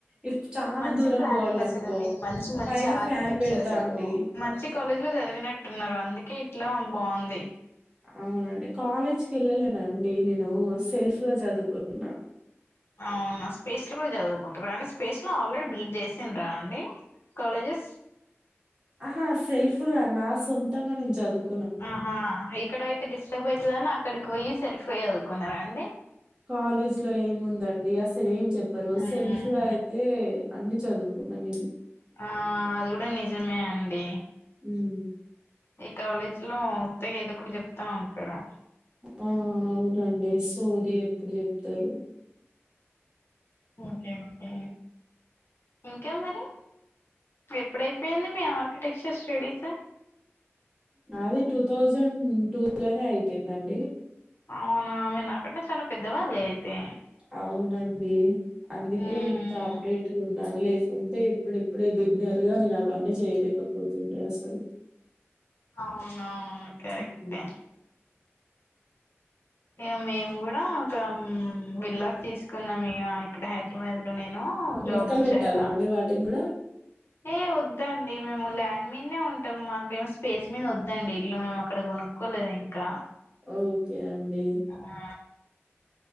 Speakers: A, on the right; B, on the left.
A: ఇఫ్ చానా
B: మంచి
A: దూరం
B: ప్లానింగ్
A: బోవాలనుకో
B: అసలు మీది మంచి మంచి
A: పైన
B: ఆర్కిటెక్చర్
A: ఫ్యాన్ పెడతా
B: అసలు
A: అండి.
B: మంచి కాలేజీ లో చదివినట్టున్నారు అందుకే ఇట్ ఇట్లా బాంది
A: అవునండి కాలేజ్కి ఎళ్ళలేనండి నేను సెల్ఫ్ గా చదువుకుంటున్నా
B: అవునా స్పేస్ లో కూడా చదువుకుంటారండి స్పేస్ లో ఆల్రెడీ బిల్డ్ చేసిండ్ర అండి కాలేజెస్
A: ఆహా సెల్ఫ్ ప్పుద నా సొంతంగా నేను చదువు
B: ఆహా ఇక్కడయితే డిస్టర్బ్ అయితదని అక్కడికి పోయి సెల్ఫ్ చదువుకున్నారా అండి
A: కాలేజ్ లో ఏముందండి అసలు ఏం చెప్పరు
B: మ్మ్
A: సెల్ఫ్ లో అయితే అన్ని చదువుకున్నా నేను
B: ఆ అది కూడా నిజమే అండి
A: ఉమ్
B: ఈ కాలేజ్ లో ఉత్తగా ఏదో కూడా చెప్తా ఉంటరు
A: ఆ అవునండి ఎస్ సోది ఎప్పుడు చెప్తారు
B: ఒకే ఒకే ఇంకా మరి ఎప్పుడైపోయింది మీ ఆర్కిటెక్చర్ స్టడీస్.
A: నాది టూ థౌజండ్ టూ లోనే అయిపోయిందండి
B: అవునా మీర్ నాకన్న చాలా పెద్దవాళ్ళు అయితే
A: అవునండి అందుకే
B: మ్మ్
A: ఇంత అప్డేట్గా ఉన్నాను లేసి ఉంటే ఇప్పుడిప్పుడే బిగినర్గా నేను అవన్నీ చేయలేకపోతుండే అసలు
B: అవున అవును కరెక్టే
A: హ్మ్.
B: యేం మేము అక్కడ మ్మ్. విల్లాస్ తీసుకున్నాం ఇగ ఇక్కడ హైదరాబాద్ లో నేను జాబ్
A: లెక్కలు
B: వచ్చాక
A: పెట్టాలా అండి వాటికి కూడా
B: ఏ వద్దు అండి మేము ల్యాం మిన్నే ఉంటాం మాకేం స్ పేస్ మీద వద్దండి ఇల్లు మేము అక్కడ గొనుక్కోలేదు ఇంకా
A: ఓకే అండి
B: ఆ